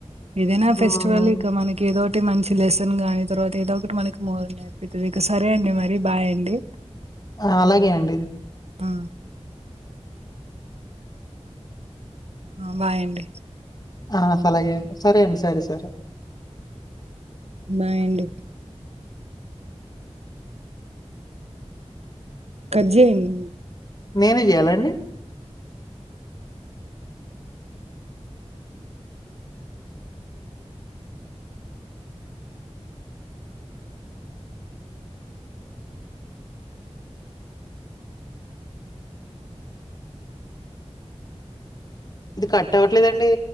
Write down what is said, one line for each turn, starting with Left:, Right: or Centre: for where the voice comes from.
Right: ఏదైనా
Left: హ్మ్.
Right: ఫెస్టివల్ ఇక మనకి ఏదో ఒక మంచి లెసన్ గాని తర్వాత ఏదో ఒకటి మనకి మోరాల్ నేర్పితుది ఇక సరే అండి మరి బాయ్ అండి
Left: ఆ అలాగే అండి
Right: ఆ ఆ బాయండి
Left: ఆ ఆలాగే సరే అండి సరే సరే
Right: బాయ్ అండి కట్ చేయండి
Left: నేనే చేయాలండి ఇది కట్ అవట్లేదండి